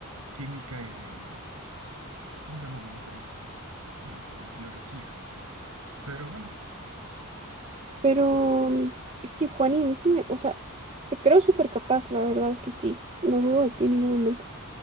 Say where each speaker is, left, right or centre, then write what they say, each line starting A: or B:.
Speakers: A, on the right; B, on the right.
A: química y de, ¿cómo se llama la otra? Este, biología. Pero bueno,
B: Pero mm, es que Juani, a mí sí me, o sea, te creo súper capaz, la verdad es que sí, no dudo de ti en ningún momento.